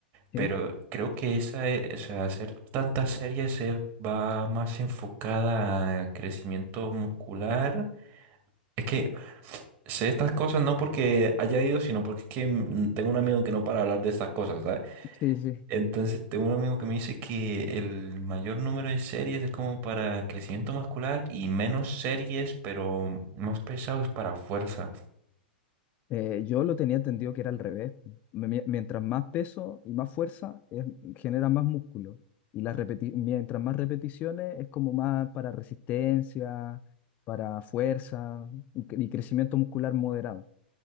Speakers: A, on the left; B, on the right.
A: ¿Sí?
B: pero creo que esa, e- o sea, hacer tantas series se va más enfocada a crecimiento muscular. Es que sé estas cosas no porque haya ido, sino porque es que mm, tengo un amigo que no para hablar de estas cosas, ¿sabes?
A: Sí, sí.
B: Entonces, tengo un amigo que me dice que el mayor número de series es como para crecimiento muscular y menos series, pero más pesado es para fuerza.
A: Eh, yo lo tenía entendido que era al revés. Me- mie- Mientras más peso y más fuerza, es- genera más músculo. Y las repeti- mientras más repeticiones, es como más para resistencia, para fuerza y, cre- y crecimiento muscular moderado.